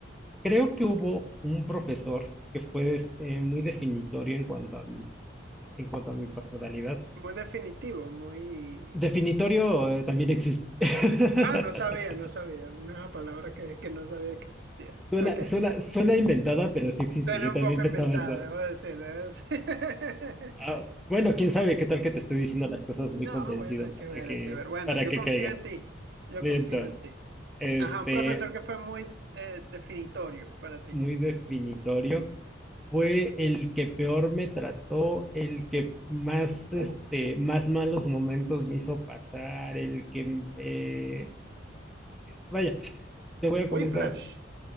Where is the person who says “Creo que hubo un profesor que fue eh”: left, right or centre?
Centre